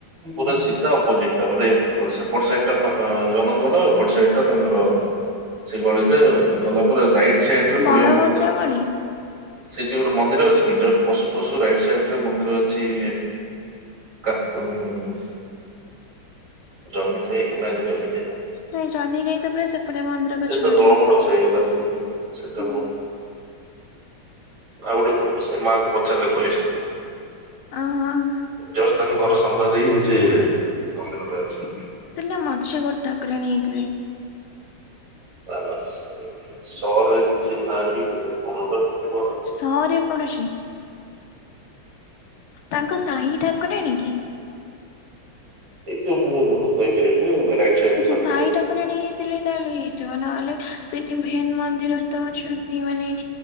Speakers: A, on the right; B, on the left.
A: ପୁରା ସିଧା ଅପୋଜିଟ ଟା ମାନେ ସେପଟ ସାଇ ଟା ଜଗନ୍ନାଥ ବଲ୍ଲଭ ଏପଟ ସାଇଡ ଟା ତାଙ୍କର। ସେଗଳିରେ ଗଲା ପରେରେ ରାଇଟ ସାଇଡ ରେ ପଡିବ
B: ବଳଭଦ୍ର
A: ମନ୍ଦିର।
B: ଗଳି
A: ସେଇଠି ଗୋଟେ ମନ୍ଦିର ଅଛି କି ଯୋଉ ପଶୁ ପଶୁ ରାଇଟ୍ ସାଇଡ ରେ ମନ୍ଦିର ଅଛି। କା ଉଁ ଜମିଇ ନ ଜମିଇ
B: ନାଇଁ ଜହ୍ନିକାଇ ତ ପୁରା ସେପଟେ ମନ୍ଦିର ପଛପଟେ।
A: ସେତ ଦୋଳମଣ୍ଡପ ସାଇ ସେଟା।
B: ହୁଁ
A: ଆଉ ଗୋଟେ ସେ ମାଆଙ୍କୁ ପଚାରିଲେ କହିବେ।
B: ଅ ହଁ।
A: ଜଷ୍ଟ ତାଙ୍କ ଘର ସାମ୍ନାରେ ସେ ମନ୍ଦିରଟା ଅଛି।
B: ଦେଲେ ମଛ ଗୋଟେ ଠାକୁରାଣୀ ହେଇଥିବେ।
A: ନା ବା ସହରରେ କିଛି ନାଁ ବି କେମିତି କଣ ଗୋଟେ ଥିବ।
B: ଶରେ ପଡୁଛି ତାଙ୍କ ସାହି ଠାକୁରାଣ କି
A: ଏ ହୁ କହିପାରିବିନି। ସାଇଡ
B: ଆଛା ସେ
A: ତାଙ୍କର
B: ସାଇଟ୍ ଠାକୁରାଣ ହେଇଥିଲେ ତାହଲେ ହେଇଥିବ ନହେଲେ ସେଠି ଭେନ ମନ୍ଦିର ତ ଅଛନ୍ତି ମାନେଇ।